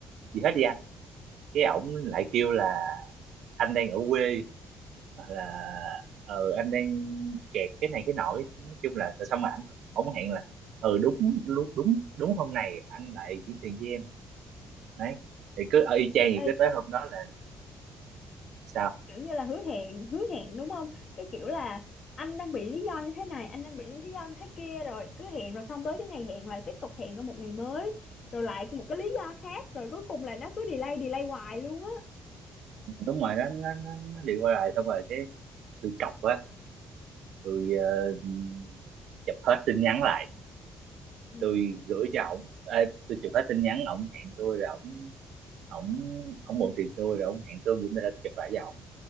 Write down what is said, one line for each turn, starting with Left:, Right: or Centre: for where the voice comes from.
Right: gì hết đi anh cái ổng lại kêu là anh đang ở quê hoặc là ừ anh đang kẹt cái này cái nọ nói chung là tại sao mà anh ổng hẹn là ừ đúng lu- đúng đúng hôm này anh lại chuyển tiền cho em đấy thì cứ ở y chang thì
Left: ê
Right: cứ tới hôm đó là sao
Left: kiểu như là hứa hẹn hứa hẹn đúng không cái kiểu là anh đang bị lý do như thế này anh đang bị lý do như thế kia rồi cứ hẹn rồi xong tới cái ngày hẹn lại tiếp tục hẹn ở một ngày mới rồi lại một cái lý do khác rồi cuối cùng là nó cứ delay delay hoài luôn á
Right: đúng rồi nó nó nó, nó đi qua lại xong rồi cái tôi chọc á tôi ờ, chụp hết tin nhắn lại
Left: ừ
Right: tôi gửi cho ổng Ê, tôi chụp hết tin nhắn ổng hẹn tôi rồi ổng ổng ổng mượn tiền tôi rồi ổng hẹn tôi gửi ra chụp lại cho ổng